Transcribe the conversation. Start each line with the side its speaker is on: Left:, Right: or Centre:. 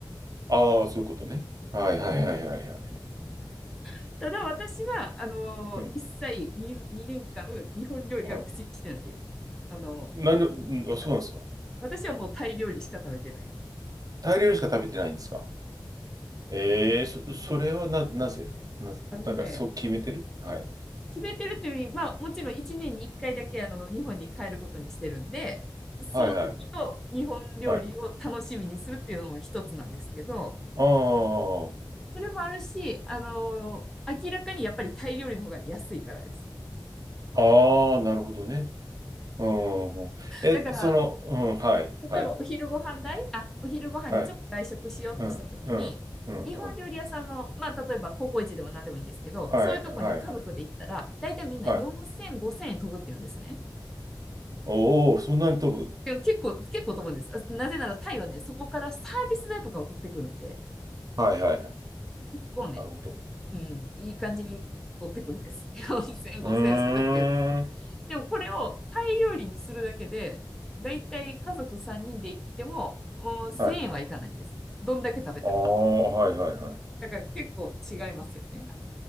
Right: ああ、そういうことね。はいはいはいはいはいはい。
Centre: う。ただ私は、あのー一切に2、
Right: うん。
Centre: 年間日本料理は口にしてないです。
Right: はい
Centre: あのーこっち来てから。
Right: 何を、うんあ、そうなんですか。
Centre: 私はもうタイ料理しか食べてない。
Right: タイ料理しか食べてないんですか。ええそ、
Centre: もう、
Right: それはな、なぜな、
Centre: あのね、
Right: なんかそう決めてるはい。
Centre: 決めてるというより、まあもちろん1年に1回だけあの日本に帰ることにしてるんで、その時の日本料理を楽しみにするっていうのも一つなんですけど、
Right: はいはい。はい。あ
Centre: それもあるし、あのー明らかにやっぱりタイ料理の方が安いからです。
Right: あ、ああ、なるほどね。うん。え、
Centre: だから、
Right: その、うん、はい、はい、
Centre: 例えばお昼ご飯代、あ、お昼ご飯にちょっと外食しようってしたときに、
Right: はい、うん、うん、うん、
Centre: 日本料理屋さんの、
Right: うん、
Centre: まあ、例えばココイチでも何でもいいんですけど、
Right: はい、
Centre: そういうとこに家族で行ったら、
Right: はい、はい、
Centre: 大体みんな4000、
Right: はい。
Centre: 5000円飛ぶって言うんですね。
Right: おお、そんなに飛ぶ。
Centre: でも結構、結構飛ぶんです。あなぜならタイはね、そこからサービス代とかを取ってくるんで、
Right: はい、はい、はい。
Centre: 結構ね、
Right: なるほど。
Centre: うん、いい感じに取ってくるんです。<laughs> 4000、5000するっていうんですね。
Right: うーん、
Centre: でもこれをタイ料理にするだけで、だいたい家族3人で行っても、もう1000円はいかないんです。
Right: はい。
Centre: どんだけ食べても。
Right: ああ、はい、はい、は
Centre: だから結構違いますよね。